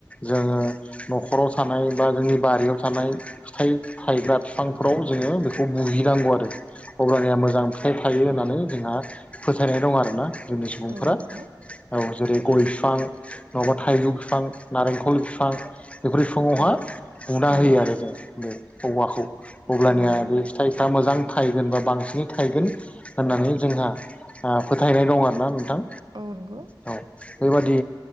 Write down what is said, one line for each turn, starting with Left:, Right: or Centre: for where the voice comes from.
Left: जोङो न'खराव थानाय बा जोंनि बारियाव थानाय फिथाइ थायग्रा बिफांफोराव जोङो बेखौ बुहैनांगौ आरो। अब्लानिया मोजां फिथाइ थायो होननानै जोंहा फोथायनाय दं आरोना जोंनि सुबुंफोरा।
Right: औ नंगौ
Left: औ जेरै गय बिफां नङाबा थाइजौ बिफां नारेंखल बिफां। बेफोर फिफाङावहा
Right: औ
Left: बुना
Right: औ
Left: होयो आरो जों औवाखौ अब्लानिया
Right: औ नंगौ
Left: बे फिथाइ दा मोजां थायगोन बा बांसिनै थायगोन होननानै जोंहा ओ फोथायनाय दं आरो ना नोंथां।
Right: नग
Left: औ बेबादि